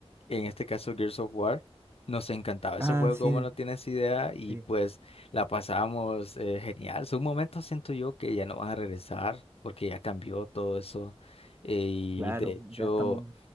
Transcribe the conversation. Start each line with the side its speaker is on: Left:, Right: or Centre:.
Left: en este caso Gears of War, nos encantaba ese
Right: Ah,
Left: juego,
Right: sí,
Left: como no tienes idea, y
Right: sí,
Left: pues la pasábamos eh, genial, son momentos siento yo que ya no van a regresar porque ya cambió todo eso, eh, y
Right: claro,
Left: de hecho...
Right: ya estamos.